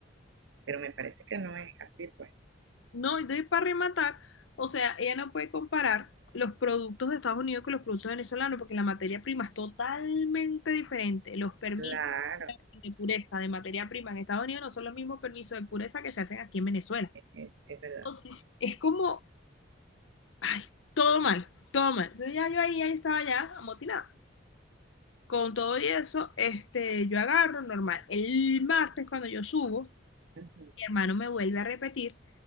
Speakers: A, on the right (about 75°); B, on the left (about 80°).
A: pero me parece que no es así, pues.
B: No, entonces para rematar, o sea, ella no puede comparar los productos de Estados Unidos con los productos venezolanos porque la materia prima es totalmente diferente. Los permisos
A: Claro,
B: que hacen de pureza de materia prima en Estados Unidos no son los mismos permisos de pureza que se hacen aquí en Venezuela.
A: es, es verdad.
B: Entonces, es como, ay, todo mal, todo mal. Entonces ya yo ahí, ya yo estaba ya amotinada. Con todo y eso, este, yo agarro normal. El martes cuando yo subo,
A: Ujú,
B: mi hermano me vuelve a repetir